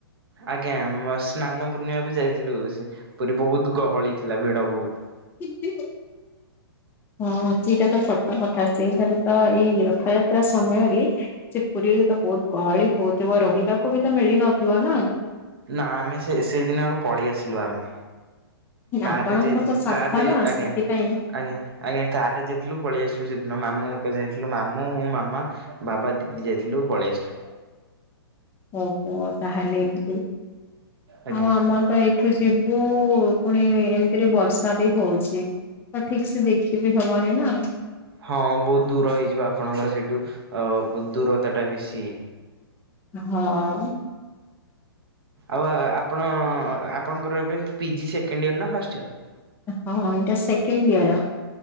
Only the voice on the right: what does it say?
ଆଜ୍ଞା ଉଁ ସ୍ନାନ ପୂର୍ଣ୍ଣିମାକୁ ଯାଇଥିଲୁ ସେ ପୁରୀ ବହୁତ ଗହଳି ଥିଲା ଭିଡ ବହୁତ।
ନା ଆମେ ସେ ସେଇଦିନ ଆଗ ପଳେଇ ଆସିଲୁ ଆମେ। କାର
ରେ ଯାଇଥିଲୁ
କାର ରେ
ଆଜ୍ଞା
ଆଜ୍ଞା ଆଜ୍ଞା କାର ରେ ଯାଇଥିଲୁ ପଳେଇ ଆସିଲୁ ସେଦିନ ମାମୁଁ ହେକା ଯାଇଥିଲୁ ମାମୁଁ ମୁଁ ମାମା। ବାବା ଦିଦି ଯାଇଥିଲୁ ପଳେଇ ଆସିଲୁ।
ଆଜ୍ଞା
ହଁ ବହୁତ ଦୂର ହେଇଯିବ ଆପଣଙ୍କର ସେଠୁ ଅ ଦୂରତା ଟା ବେଶୀ।
ଆଉ ଆ ଆପଣ ଆପଣଙ୍କର ଏବେ ପି ଜି ସେକେଣ୍ଡ ଇୟର ନା ଫାଷ୍ଟ ଇୟର?